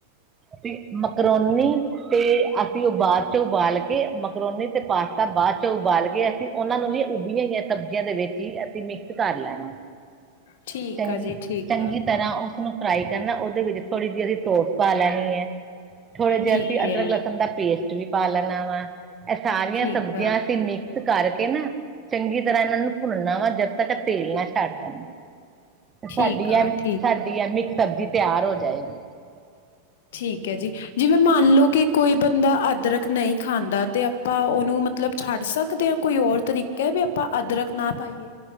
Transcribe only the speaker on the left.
ਠੀਕ
ਆ ਜੀ ਠੀਕ ਆ
ਠੀਕ
ਐ
ਠੀਕ
ਆ
ਠੀਕ
ਆ
ਠੀਕ
ਠੀਕ ਹੈ ਜੀ, ਜਿਵੇਂ ਮੰਨਲਓ ਕਿ ਕੋਈ ਬੰਦਾ ਅਦਰਕ ਨਹੀਂ ਖਾਂਦਾ, ਤੇ ਆਪਾਂ ਉਹ ਨੂੰ, ਮਤਲਬ ਛੱਡ ਸਕਦੇ ਹਾਂ, ਕੋਈ ਹੋਰ ਤਰੀਕਾ ਐ, ਵੀ ਆਪਾਂ ਅਦਰਕ ਨਾ ਪਾਈਏ।